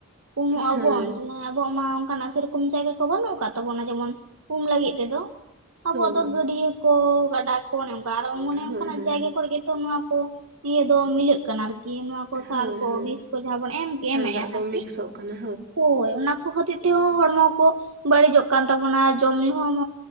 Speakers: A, on the right; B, on the right.
A: ᱩᱢᱚᱜ
B: ᱦᱳᱭ
A: ᱟᱵᱚᱱ ᱦᱮᱸ ᱟᱵᱚᱣᱟᱜ ᱢᱟ ᱚᱱᱠᱟᱱᱟᱜ <unintelligible> ᱥᱮᱨᱚᱠᱚᱢ ᱡᱟᱭᱜᱟ ᱠᱚ ᱵᱟᱹᱱᱩᱜ ᱟᱠᱟᱫ ᱛᱟᱵᱚᱱᱟ ᱡᱮᱢᱚᱱ ᱩᱢ ᱞᱟᱹᱜᱤᱫ ᱛᱮᱫᱚ ᱟᱵᱚᱣᱟᱜ
B: ᱦᱳᱭ
A: ᱫᱚ
B: ᱦᱳᱭ
A: ᱜᱟᱹᱰᱭᱟᱹ ᱠᱚ ᱜᱟᱰᱟ ᱠᱚ ᱚᱱᱮ ᱚᱱᱠᱟ ᱟᱨᱚ ᱚᱱᱮ
B: ᱦᱳᱭ
A: ᱚᱱᱠᱟᱱᱟᱜ
B: ᱦᱳᱭ
A: ᱡᱟᱭᱜᱟ ᱠᱚᱨᱮ ᱜᱮ ᱛᱚ ᱱᱚᱣᱟ ᱠᱚ ᱤᱭᱟᱹ ᱫᱚ ᱢᱤᱞᱟᱹᱜ ᱠᱟᱱᱟ ᱟᱨᱠᱤ ᱱᱚᱣᱟ ᱠᱚ ᱥᱟᱨ
B: ᱦᱳᱭ
A: ᱠᱚ
B: ᱦᱳᱭ
A: ᱵᱤᱥ ᱠᱚ ᱡᱟᱦᱟᱸ ᱵᱚᱱ ᱮᱢ ᱮᱢᱠᱮᱜᱼᱟ
B: ᱥᱮᱬᱟ ᱫᱟᱜ ᱫᱚ
A: ᱟᱨᱠᱤ
B: ᱢᱤᱠᱥᱚᱜ ᱠᱟᱱᱟ
A: ᱦᱳᱭ ᱚᱱᱟ ᱠᱚ ᱦᱚᱛ ᱛᱮ ᱛᱮ ᱦᱚᱸ ᱦᱚᱲᱢᱚ ᱠᱚ ᱵᱟᱹᱲᱤᱡᱚᱜ ᱠᱟᱱ ᱛᱟᱵᱚᱱᱟ ᱡᱚᱢᱼ ᱧᱩ ᱦᱚᱸ